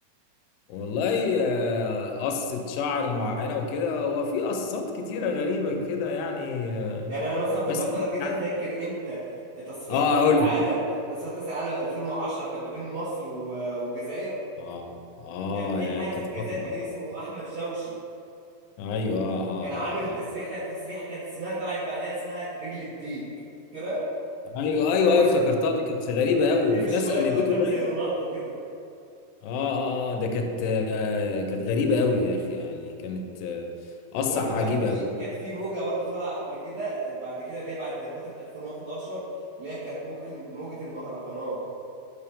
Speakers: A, on the left; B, on the right.
A: والله آه، قصة شعر معينة وكده هو في قصات كتيرة غريبة كده يعني آه،
B: يعني انا مثلا في
A: بس
B: فترة كده
A: يعني
B: فاكر انت تصفيات
A: اه
B: كأس
A: اقول
B: العالم
A: لك
B: تصفيات كأس العالم 2010 كانت ما بين مصر و- والجزائر
A: اه اه
B: كان في
A: يعني
B: حارس
A: كانت
B: الجزائر
A: فترة
B: كان اسمه احمد شوشي
A: ايوه اه اه
B: كان عامل
A: اه
B: تسريحة
A: اه
B: تسريحة كانت اسمها طلعت بعدها اسمها رجل الديك فاكرها؟
A: ايوه
B: اللي
A: ايوه
B: هو
A: ايوه
B: بس-
A: افتكرتها دي كانت غريبة
B: بتسيب
A: قوي وفي
B: الشوية
A: ناس قلدته
B: اللي قدام
A: باين
B: زي رونالدو كده
A: اه اه اه ده كانت آه كانت غريبة قوي يا اخي يعني كانت آه، قصة
B: وبرده كان
A: عجيبة
B: في
A: قوي
B: كانت في موجه برده طالعه قبل كده بعد كده اللي هي بعد فتره 2011 اللي هي كانت موجه موجه المهرجانات